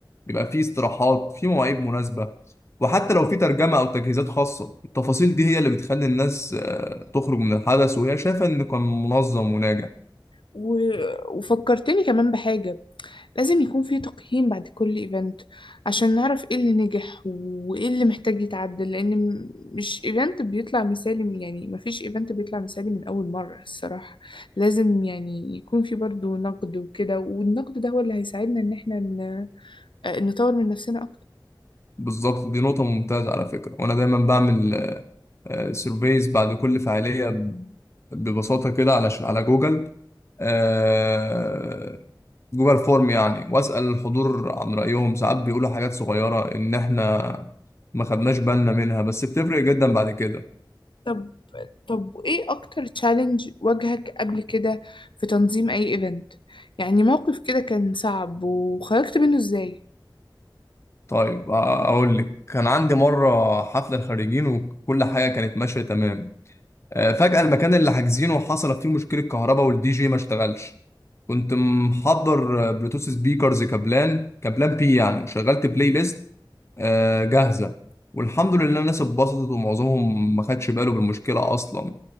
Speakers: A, on the left (about 35°); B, on the left (about 80°).
A: يبقى في استراحات في مواعيد مناسبة وحتى لو في ترجمة أو تجهيزات خاصة التفاصيل دي هي اللي بتخلي الناس آه، تخرج من الحدث وهي شايفة إن كان منظم وناجح
B: و- وفكرتني كمان بحاجة لازم يكون في تقييم بعد كل ايفنت عشان نعرف ايه اللي نجح وايه اللي محتاج يتعدل لان م- مش ايفنت بيطلع مثالي يعني مفيش ايفنت بيطلع مثالي من اول مرة الصراحة لازم يعني يكون في برضو نقد وكده والنقد ده هو اللي هيساعدنا ان احنا ن- آه، نطور من نفسنا اكتر
A: بالظبط دي نقطة ممتازة على فكرة وأنا دايما بعمل سيرفيز بعد كل فعالية ب- ببساطة كده على ش- على جوجل آه، جوجل فورم يعني وأسأل الحضور عن رأيهم ساعات بيقولوا حاجات صغيرة إن إحنا ما خدناش بالنا منها بس بتفرق جدا بعد كده
B: طب طب ايه اكتر تشالنج واجهك قبل كده في تنظيم اي ايفنت يعني موقف كده كان صعب وخرجت منه ازاي
A: طيب أ- أقول لك كان عندي مرة حفلة خريجين وكل حاجة كانت ماشية تمام آه، فجأة المكان اللي حاجزينه حصلت فيه مشكلة كهرباء والدي جي ما اشتغلش كنت محضر آه، بلوتوث سبيكرز كابلان كابلان بي يعني وشغلت بلاي ليست آه، جاهزة والحمد لله الناس اتبسطت ومعظمهم ما خدش باله بالمشكلة أصلا